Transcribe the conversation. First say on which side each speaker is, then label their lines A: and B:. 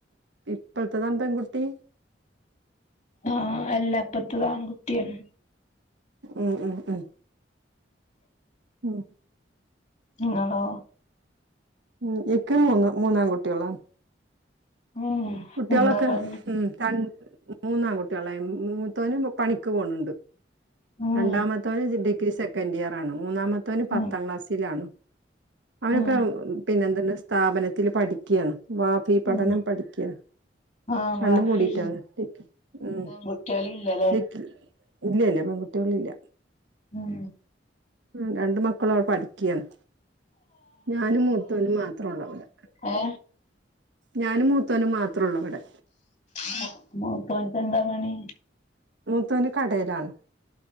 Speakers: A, on the right; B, on the left.
A: ഇപ്പത്തതാണ് പെൺകുട്ടി?
B: ആഹ് അല്ല ഇപ്പത്തതാൺകുട്ട്യാണ്.
A: ഉം ഉം ഉം ഉം
B: ഇങ്ങളോ?
A: ഉം ഇക്ക് മൂന്ന് മൂന്നാൺ കുട്ടികളാണ്.
B: ഉം
A: കുട്ട്യോളൊക്കെ
B: എന്താ പറഞ്ഞെ
A: ഉം. തൺ. മൂന്നാങ്കുട്ട്യേള. എ മ്. മൂതോനും പണിക്ക് പോണ് ഇണ്ട്.
B: ഉം
A: രണ്ടാ തോൻ. ഡിഗ്രി സെക്കൻഡ്ഇയറാണ്. മൂന്നാമതോന് പത്താം
B: ഉം
A: ക്ലാസിലാണ്. അവനൊക്കെ
B: ഉം
A: പിന്നെന്ത്ണ്ട്. സ്ഥാപനത്തില് പഠിക്ക്യാണ്. വാഫി പഠനം
B: ഉം
A: പഠിക്ക്യാണ്.
B: ആഹ് മാഫി
A: രണ്ടും കൂടീട്ടാണ്. ഡിക്ക് ഉം
B: പെൺകുട്ടികളില്ലല്ലേ
A: ഡിക്കി ഇല്യ ഇല്ല. പെങ്കുട്ട്യേളില്ല.
B: ഉം
A: ഉം. രണ്ട് മക്കളു അവടെ പഠിക്ക്യാണ്. ഞാനും മുത്തോനും മാത്രൊള്ളു അവടെ.
B: ഹേ.
A: ഞാനും മൂത്തോനും മാത്രോള്ളു. അവടെ.
B: ആ. പ്പ്. മുത്തോൻക്കെന്താ പണി..
A: മൂത്തോന് കടേലാണ്.